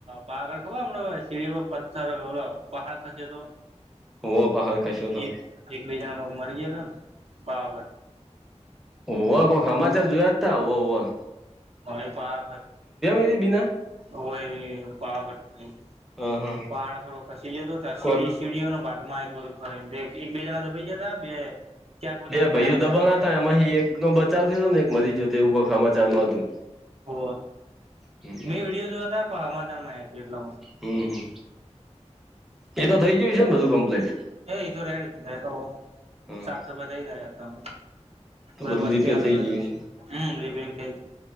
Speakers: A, on the right; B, in the centre.
A: પાાગળ ખબર હમ શેરી પથ્થર ઓલો પહાડ ખસે તો
B: ઓ પહાડ ખશું તો
A: એક એક બેીજણા ભગ મરી જતો ને પાવાગર.
B: કોઈ હમાચાર જોયા ત હો.
A: ભય પા.
B: એથી બીના
A: હય પાવાતી
B: હા હા
A: પહાડ થોડો ખસી જતો ત સીડી
B: કોક
A: ચીડીઓનો ભાગમાં બધ ખ એક બે જણા દબાઈ જતા બે ચાર પાંચ જણા
B: બે ભાઈઓ
A: ઘાયલ
B: દબાના
A: થયા
B: હતા એમાં એક નો બચાવ થ હતો ને એક મરી જયોતો એવું કોઈ સમાચારમા હતું.
A: ઓ
B: હમ
A: મેં વિડીયો જો હતા પણ હમાચારમાં છે એટ હ
B: હમ હમ એતો થઇ જયું છે ને બધું કમ્પ્લીટ
A: એ તોું રેડી તો
B: હા
A: સાફ સફાઈ થઈ ગાય હતા.
B: તો
A: બધા
B: બધું રીપેર
A: વસ્તી આવું
B: થઈ ગયું
A: એટલે
B: છે
A: હમ ર બેન ક.